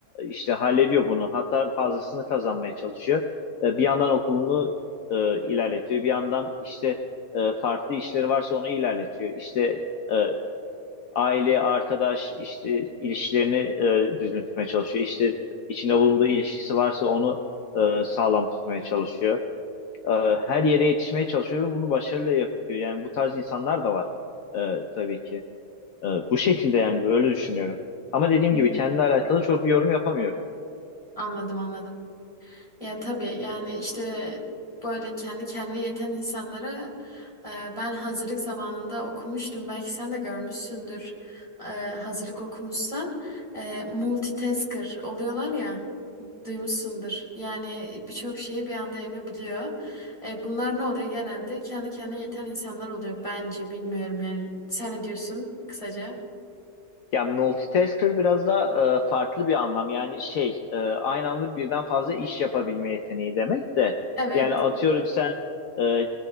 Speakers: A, on the left; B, on the left.
A: İşte hallediyor bunu. Hatta fazlasını kazanmaya çalışıyor. E, bir yandan okulunu e, ilerletiyor. Bir yandan işte e, farklı işleri varsa onu ilerletiyor. İşte e, aile, arkadaş işte ilişkilerini e, düzgün tutmaya çalışıyor. İşte içinde bulunduğu ilişkisi varsa onu e, sağlam tutmaya çalışıyor. E, her yere yetişmeye çalışıyor ve bunu başarıyla yapıyor. Yani bu tarz insanlar da var e, tabii ki. E, bu şekilde yani böyle düşünüyorum. Ama dediğim
B: Hmm.
A: gibi kendimle alakalı çok bir yorum yapamıyorum.
B: Anladım anladım. Ya tabii yani işte böyle kendi kendine yeten insanlara e, ben hazırlık zamanında okumuştum. Belki sen de görmüşsündür e, hazırlık okumuşsan. E, multitasker oluyorlar ya duymuşsundur. Yani birçok şeyi bir anda yapabiliyor. E, bunlar ne oluyor genelde? Kendi kendine yeten insanlar oluyor bence bilmiyorum yani. Sen ne diyorsun kısaca?
A: Ya multitasker biraz da e, farklı bir anlam. Yani şey e, aynı anda birden fazla iş yapabilme yeteneği demek de.
B: Evet.
A: Yani atıyorum sen e,